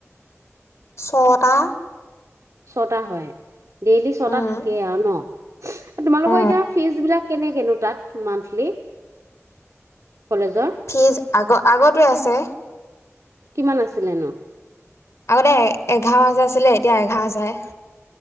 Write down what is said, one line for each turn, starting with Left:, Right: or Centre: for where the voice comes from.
Left: ছটা।
Right: ছটা হয়। ডেইলি ছটা
Left: উম
Right: থাকে আৰু ন? তোমালোকৰ
Left: অ
Right: এতিয়া ফিজ বিলাক- কেনেকে নু তাত মান্থলি? কলেজৰ
Left: ফিজ আগ আগতে আছে।
Right: কিমান আছিলে ন?
Left: আগতে এ এঘাৰ হাজাৰ আছিলে। এতিয়া এঘাৰ যায়।